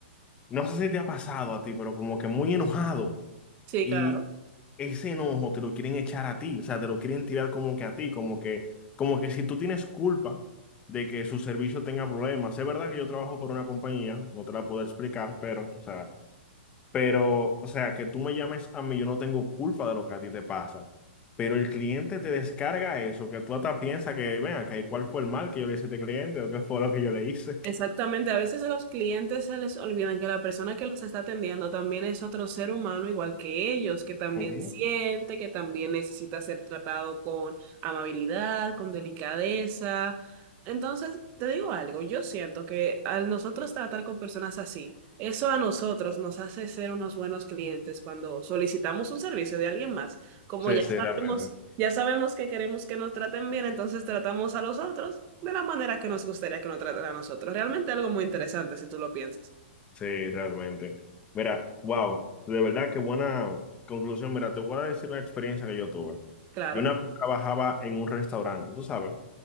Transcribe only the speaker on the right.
Sí,
claro.
Exactamente, a veces a los clientes se les olvidan que la persona que los está atendiendo también es otro ser humano igual que ellos, que también
siente, que también necesita ser tratado con amabilidad, con delicadeza. Entonces, te digo algo, yo siento que al nosotros tratar con personas así, eso a nosotros nos hace ser unos buenos clientes cuando solicitamos un servicio de alguien más. Como
ya
sabemos,
ya sabemos que queremos que nos traten bien, entonces tratamos a los otros de la manera que nos gustaría que nos trataran a nosotros. Realmente algo muy interesante si tú lo piensas.
Claro,